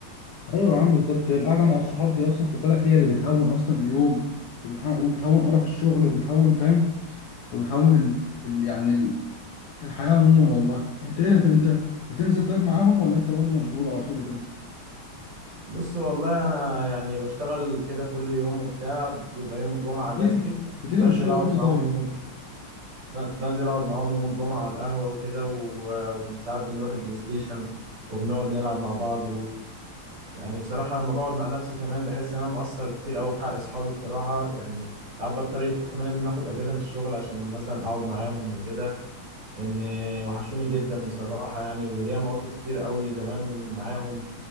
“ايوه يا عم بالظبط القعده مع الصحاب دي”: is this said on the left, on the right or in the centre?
Left